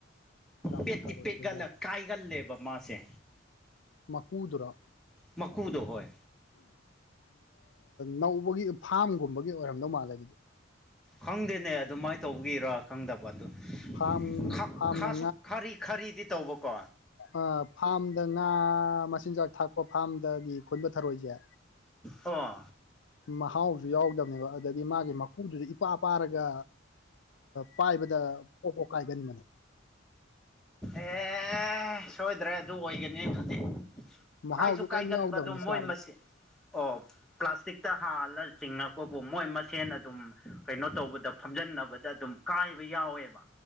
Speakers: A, on the left; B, in the centre.
A: ꯀꯥꯝꯂꯥ
B: ꯄꯦꯠꯇꯤ
A: ꯊꯔꯣꯏ
B: ꯄꯦꯒꯜꯂ
A: ꯑꯣꯏꯖꯥꯠꯅꯤ
B: ꯀꯥꯏꯒꯜꯂꯦꯕ ꯃꯥꯁꯦ꯫
A: ꯃꯀꯨꯗꯨꯔꯣ
B: ꯃꯀꯨꯗꯣ ꯍꯣꯏ
A: ꯅꯧꯕꯒꯤ ꯐꯥꯝꯒꯨꯝꯕꯒꯤ ꯑꯣꯏꯔꯝꯗꯧ ꯃꯥꯜꯂꯦ ꯑꯗꯨꯗꯤ
B: ꯈꯪꯗꯦꯅꯦ ꯑꯗꯨꯃꯥꯏꯅ ꯇꯧꯕꯒꯤꯔꯥ ꯈꯪꯗꯕ ꯑꯗꯨꯣ
A: ꯐꯥꯝ
B: ꯈ
A: ꯐꯥꯝꯗ
B: ꯈꯥꯁꯨ ꯈꯔꯤ ꯈꯔꯤꯗꯤ ꯇꯧꯕꯀꯣ
A: ꯑ ꯐꯥꯔꯝꯗ ꯉꯥ ꯃꯆꯤꯟꯖꯥꯛ ꯊꯥꯛꯄ ꯐꯥꯔꯝꯗꯒꯤ ꯈꯣꯏꯟꯕ ꯊꯥꯔꯣꯢꯁꯦ
B: ꯑꯣ
A: ꯃꯍꯥꯎꯁꯨ ꯌꯥꯎꯗꯕꯅꯦꯕ ꯑꯗꯒꯤ ꯃꯥꯒꯤ ꯏꯄꯥ ꯄꯥꯔꯒ ꯄꯥꯏꯕꯗ ꯄꯣꯛ ꯄꯣꯛ ꯀꯥꯏꯒꯟꯕꯅꯦ
B: ꯑꯦ ꯁꯣꯏꯗ꯭ꯔꯦ ꯑꯗꯨ ꯑꯣꯏꯒꯅꯤ ꯑꯗꯨꯗꯤ
A: ꯃꯍꯥꯎꯁꯨ
B: ꯀꯥꯏꯁꯨ
A: ꯀꯔꯤꯝ
B: ꯀꯥꯏꯒꯟꯕ
A: ꯌꯥꯎꯗꯕꯅꯦ
B: ꯑꯗꯣ
A: ꯆꯥꯕꯗ
B: ꯃꯣꯏ ꯃꯁ ꯑꯣ ꯄ꯭ꯂꯥꯁꯇꯤꯛꯇ ꯍꯥꯜꯂ ꯆꯤꯡꯉꯛꯄꯕꯨ ꯃꯣꯏ ꯃꯁꯦꯟ ꯑꯗꯨꯝ ꯀꯩꯅꯣ ꯇꯧꯕꯗ ꯐꯝꯖꯤꯟꯅꯕꯗ ꯑꯗꯨꯝ ꯀꯥꯏꯕ ꯌꯥꯎꯋꯦꯕ